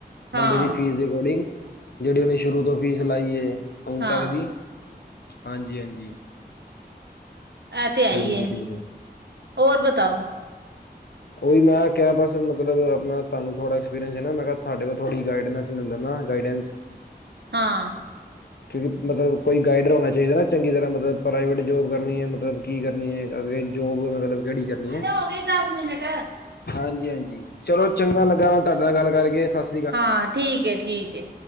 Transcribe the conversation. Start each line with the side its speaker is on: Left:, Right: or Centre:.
Right: ਹਾਂ
Left: ਬੰਦੇ ਦੀ ਫੀਸ ਦੇ ਅਕੋਰਡਿੰਗ ਜਿਹੜੀ ਉਹਨੇ ਸ਼ੁਰੂ ਤੋਂ ਫੀਸ ਲਾਈ ਏ ਹੁਣ
Right: ਹਾਂ
Left: ਤੱਕ ਦੀ। ਹਾਂਜੀ-ਹਾਂਜੀ।
Right: ਐ ਤੇ ਐ
Left: ਹਾਂਜੀ
Right: ਈ ਏ।
Left: ਬਿਲਕੁਲ
Right: ਔਰ ਬਤਾਓ?
Left: ਉਈ ਮੈਂ ਕਿਹਾ ਬਸ ਮਤਲਬ ਆਪਣਾ ਤੁਹਾਨੂੰ ਥੋੜ੍ਹਾ ਐਕਪਰੀਅੰਸ ਏ ਨਾ ਮੈਂ ਕਿਹਾ ਤੁਹਾਡੇ ਕੋ ਥੋੜ੍ਹੀ ਗਾਈਡਨਸ। ਹੁੰਦਾ ਨਾ ਗਾਈਡੈਂਸ।
Right: ਹਾਂ।
Left: ਕਿਉਂਕਿ ਮਤਲਬ ਕੋਈ ਗਾਈਡਰ ਹੋਣਾ ਚਾਹੀਦਾ ਨਾ ਚੰਗੀ ਤਰ੍ਹਾਂ ਮਤਲਬ ਪ੍ਰਾਈਵੇਟ ਜੋਬ ਕਰਨੀ ਹੈ ਮਤਲਬ। ਕੀ ਕਰਨੀ ਹੈ ਅ ਜੋਬ ਮਤਲਬ ਕਿਹੜੀ ਕਰਨੀ
Right: ਹੋ
Left: ਹੈ।
Right: ਗਏ ਦਸ ਮਿੰਟ
Left: ਹਾਂਜੀ, ਹਾਂਜੀ ਚਲੋ ਚੰਗਾ ਲੱਗਾ, ਮੈਂ ਤੁਹਾਡੇ ਨਾਲ ਗੱਲ ਕਰਕੇ ਸਤ।
Right: ਹਾਂ, ਠੀਕ ਹੈ, ਠੀਕ ਹੈ।